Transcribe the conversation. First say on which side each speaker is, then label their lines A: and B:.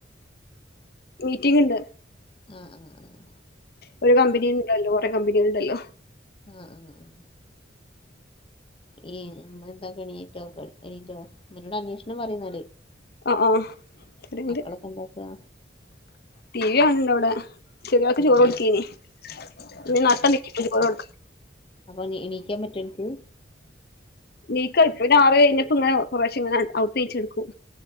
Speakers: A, on the left (about 55°); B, on the left (about 30°).
A: മീറ്റിംഗ് ഇണ്ട്
B: ഉം ഉം ഉം
A: ഒരു കമ്പനി ഉണ്ടല്ലോ <unintelligible> കമ്പനിയൾ ഇണ്ടല്ലോ
B: ഉം ഉം ഉം ഈ എന്താ പണീ <unintelligible> അമ്മനോട് അന്വേഷണം പറയ്ന്നാല്
A: ആഹ് ആഹ് അവിടെണ്ട്
B: മക്കളൊക്കെ എന്താക്കാ
A: ടി വി കാണണ്ടവിടെ ചെറിയാൾക്ക്
B: ഉം
A: ചോറ് കൊടുക്കേനി ഇനി <unintelligible> ചോറ് കൊടുക്കാൻ
B: അപ്പോ ഇനി എണീക്കാൻ പറ്റൊ അനക്ക്
A: നീക്കാ ഇപ്പൊ ഒര് ആറ് കഴിഞ്ഞപ്പോ ഇങ്ങനെ കൊറേശെ ഇങ്ങനെ ഔത്ത് നീച്ചട്ക്കും